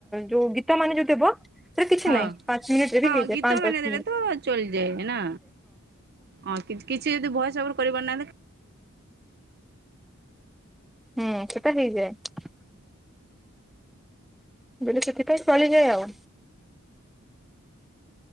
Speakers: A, in the centre; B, on the right.
A: ଯଉ ଗୀତା ମାନେ ଯଉ ଦେବ ସେଟା କିଛି
B: ହଁ
A: ନାହିଁ ପାଞ୍ଚ ମିନିଟରେ
B: ହଁ
A: ବି ହେଇଜାଏ
B: ଗୀତ
A: ପାଞ୍ଚ
B: ମାନେ
A: ଦସ
B: ଦେଲେ ତ ଚଳିଯାଏ ନା ଅଁ କିଛି ଯଦି ଭଏସ ଓଭର କରି ପାରୁନାହାଁନ୍ତି
A: ହୁଁ ସେଟା ହେଇଯାଏ। ବୋଇଲେ ସେଥିପାଇଁ ଚଳିଯାଏ ଆଉ।